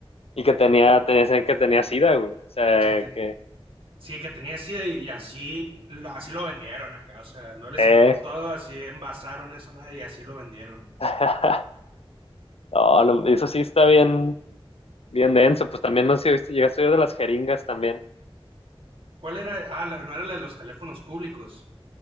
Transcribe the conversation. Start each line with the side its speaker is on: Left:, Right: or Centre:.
Left: Y que tenía, tenía, que tenía sida, güey. O sea,
Right: que te-
Left: que...
Right: sí, que tenía así, y así, lo, así lo vendieron acá, o sea, no les
Left: Eh.
Right: importó, así envasaron esa madre y así lo vendieron. ¿no?
Left: <laughs> No, no, eso sí está bien, bien denso. Pues también no sé si viste, llegaste a oír de las jeringas también.
Right: ¿Cuál era? Ah, la- no era la de los teléfonos públicos.